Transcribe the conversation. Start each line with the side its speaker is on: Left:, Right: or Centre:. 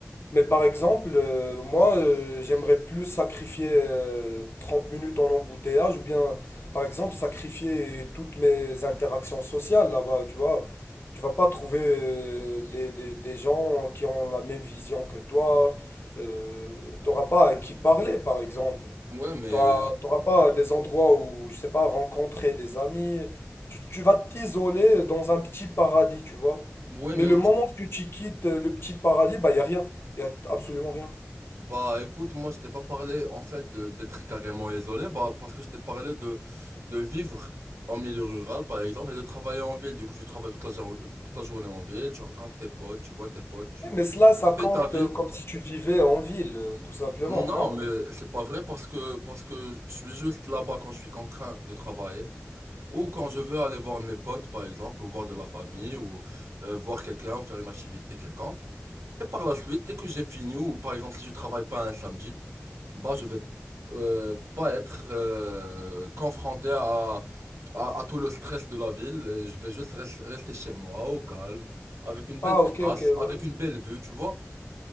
Left: mais par exemple, euh, moi, euh, j'aimerais plus sacrifier euh, 30 minutes en embouteillage ou bien, par exemple, sacrifier toutes mes interactions sociales là-bas, tu vois. Tu vas pas trouver euh, des, des- des gens qui ont la même vision que toi. Euh, t'auras pas à qui parler, par exemple.
Right: Ouais, mais
Left: T'auras, t'auras pas des endroits où, je sais pas, rencontrer des amis. Tu, tu vas t'isoler dans un petit paradis, tu vois.
Right: ouais,
Left: Mais
Right: mais
Left: le
Right: moi
Left: moment
Right: je-
Left: que tu quittes euh, le petit paradis, bah, y a rien. Il n'y a absolument rien.
Right: bah écoute, moi je t'ai pas parlé en fait de- d'être carrément isolé, bah parce que je t'ai parlé de de vivre en milieu rural par exemple et de travailler en ville. Du coup, tu travailles toute la jour- toute la journée en ville, tu rencontres tes potes, tu vois tes potes, tu
Left: Eh,
Right: tu
Left: Mais cela, ça compte
Right: fais ta vie.
Left: euh, comme si tu vivais en ville, euh, tout simplement,
Right: Non,
Left: non?
Right: mais c'est pas vrai parce que parce que je suis juste là-bas quand je suis contraint de travailler ou quand je veux aller voir mes potes par exemple ou voir de la famille ou euh, voir quelqu'un ou faire une activité quelconque. Et par la suite, dès que j'ai fini, ou par exemple si je travaille pas un samedi, bah je vais euh, pas être euh, confronté à, à, à tout le stress de la ville. Euh, Je vais juste res- rester chez moi, au calme, avec une belle
Left: Ah,
Right: terrasse,
Left: ok, ok. euh,
Right: avec une belle vue, tu vois.